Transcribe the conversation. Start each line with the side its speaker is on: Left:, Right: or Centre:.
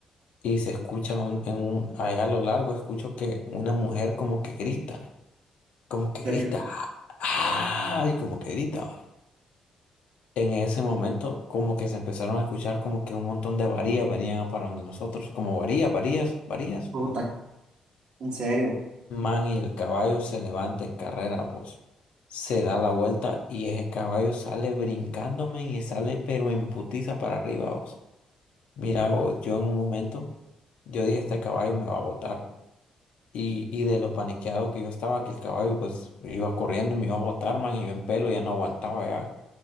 Left: Y se escucha un- en un, allá a lo largo, escucho que una mujer como que grita, como
Right: ¿En
Left: que grita,
Right: serio?
Left: ¡ay! Como que grita, En ese momento, como que se empezaron a escuchar como que un montón de varías venían a para donde nosotros, como varías, varías, varías.
Right: Puta, en serio,
Left: Man, y el caballo se levanta en carrera, vos. Se da la vuelta y ese caballo sale brincándome y sale pero en putiza para arriba, vos. Mira, vos, yo en un momento, yo dije, este caballo me va a botar. Y, y de lo paniqueado que yo estaba, que el caballo pues iba corriendo y me iba a botar, man, y yo en pelo ya no aguantaba ya.